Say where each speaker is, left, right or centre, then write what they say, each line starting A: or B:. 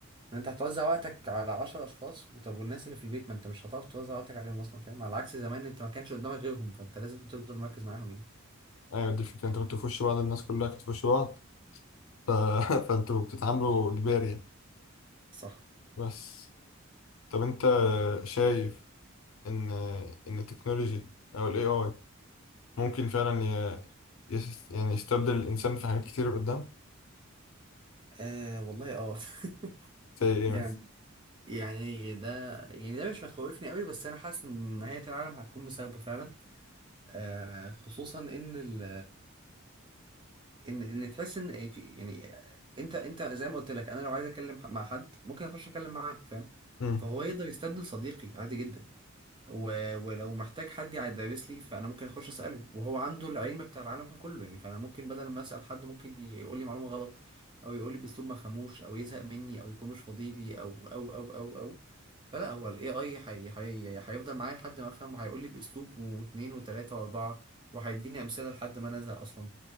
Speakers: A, on the right; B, on the left.
A: ان انت هتوزع وقتك على 10 اشخاص طب والناس اللي في البيت ما انت مش هتعرف توزع وقتك عليهم اصلا فاهم على عكس زمان انت ما كانش قدامك غيرهم فانت لازم تفضل مركز معاهم يعني
B: ايوه دي الفكرة انت كنت في وش بعض الناس كلها كانت في وش بعض ف... <laughs> فانتوا بتتعاملوا اجباري يعني.
A: صح
B: بس طب انت شايف ان ان التكنولوجي او الاي اي ممكن فعلا ي... يس... يعني يستبدل الانسان في حاجات كتير قدام
A: آه والله اه <laughs>
B: زي ايه
A: يعني
B: مثلا
A: يعني ده يعني ده مش مخوفني قوي بس انا حاسس ان نهاية العالم هتكون بسببه فعلا آه خصوصا ان ال ان ان تحس ان في يعني انت انت زي ما قلت لك انا لو عايز اتكلم ح- مع حد ممكن اخش اتكلم معاه فاهم
B: امم
A: فهو يقدر يستبدل صديقي عادي جدا و... ولو محتاج حد يدرس لي فانا ممكن اخش اساله وهو عنده العلم بتاع العالم كله يعني فانا ممكن بدل ما اسال حد ممكن يقول لي معلومه غلط او يقول لي باسلوب ما فهموش او يزهق مني او يكون مش فاضي لي او او او او او فلا هو الاي اي حي... حي... هيفضل معايا لحد ما افهم وهيقول لي باسلوب واثنين وثلاثه واربعه وهيديني امثله لحد ما انا ازهق اصلا